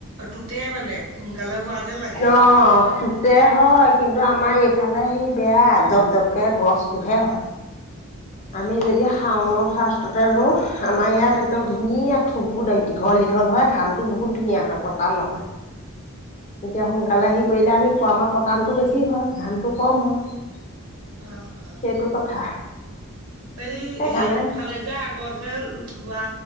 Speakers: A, on the right; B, on the left.
A: টোতে মানে। সোনকালে হোৱা যেন লাগে।
B: অ তে হয় কিন্তু আমাৰ এইফালে সেই বেয়া জপ জপকে গছবোৰ হে হয়। আমি
A: অ',
B: যদি শাওন। ফাৰ্ষ্টতে আৰু আমাৰ ইয়াত একদম ধুনীয়া ঠোকবোৰ দীঘল দীঘল হয়, ধানটো বহুত ধুনীয়া হয়। পতান নহয়।
A: <unintelligible>
B: তেতিয়া সোনকালে
A: অ',
B: হেৰি কৰিলে আমি আমাৰ পতানটো বেছি হয়। ধানটো কম হয়।
A: অ', অ'।
B: সেইটো কথা।
A: এই
B: সেইকাৰণে
A: হেই ফালে যে আগৰ যে ৰুৱা।